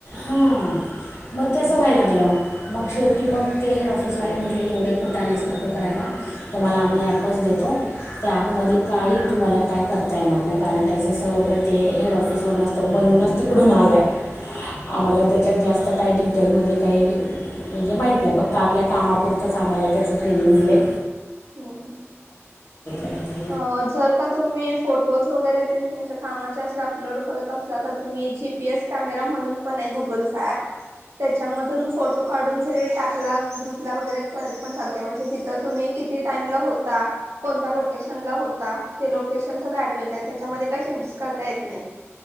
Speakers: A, on the left; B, on the right.
A: हा. मग ते असं व्हाय लागलं मग शेवटी मग ते हेड ऑफिसवाले म्हटले एवढ्या कुठानेच नको करायला तुम्हाला आम्ही ऍपच देतो त्या ऍपमध्ये
B: हम्म
A: काही तुम्हाला काय करता येणार नाही कारण त्याचं सगळं ते हेड ऑफिसवरन बनवूनच तिकडून आलाय.
B: हम्म
A: आम्हाला
B: हम्म
A: त्याच्यात जास्त काय हॉटेलमध्ये काही म्हणजे माहीत नाही फक्त आपल्या कामापुरतंच आम्हाला त्याचं ट्रेनिंग दिलंय.
B: हं हं..
A: आहे
B: अ जर का तुम्ही फोट फोटोज वगैरे त्यां तुमच्या कामाचे असे अपलोड करत असला, तर तुम्ही जीपीएस कॅमेरा म्हणून पण आहे गुग त्योच अँप त्याच्यामधून फोटो काढून जरी टाकला ग्रुप ला वगैरे तरीपण चालतंय म्हणजे तिथ तुम्ही किती टाईम ला होता? कोणत्या लोकेशन होता? ते लोक केशण च आठवत नाहीत आणि त्याच्यामध्ये काही चेंजेस करता येत नाहीत.